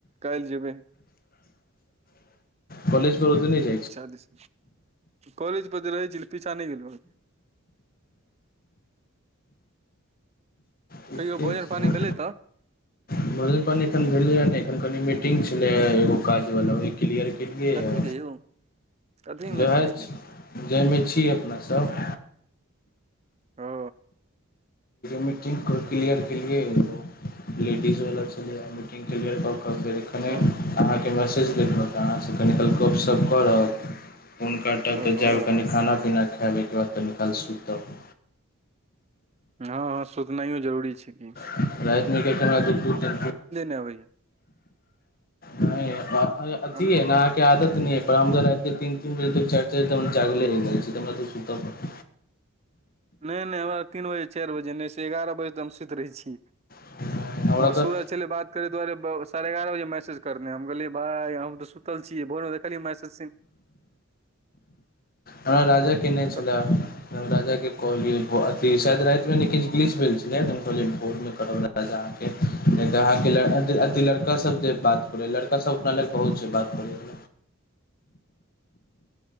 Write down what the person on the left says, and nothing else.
कालेज पर <unintelligible> त नै जैभी
ठीके
छै
भोजन पानि एखन भेलेयह नै एखन कनि मीटिंग छले हा एगो काज वाला ओ क्लियर बुझलियै
यै
वैह
छी जैयमे छी अपना सब
मीटिंग क्लियर केलि ओ लेडीज वला छलैय आइ क्लियर कऽ कऽ फेर एखने
अहाके मैसेज देखलउ त अहास कनि काल गपशप करब फोन काटब तऽ
जैब कनि खाना पीना खैब ओयके बाद कनि काल सुतब
राइत मे त हमरा <unintelligible> दु दुटा
नै अथी
अय नै आहाके आदत नै अय बरामदा पर राखि दैयतीन दु बजे चार- चार तक हम जागले रैह जाय छी त हमरा तऽ सुतऽ परत
पड़त हमरा
तऽ
हमरा राजा केने छलैह
नव राजा के कहलिय अ सायद रा मे नलिच भेल भोर मे कर राजा के नहि तऽ अहाँके लड़कासभ जे बात करै लड़कासभ अपना लग बहुत छै बात करै।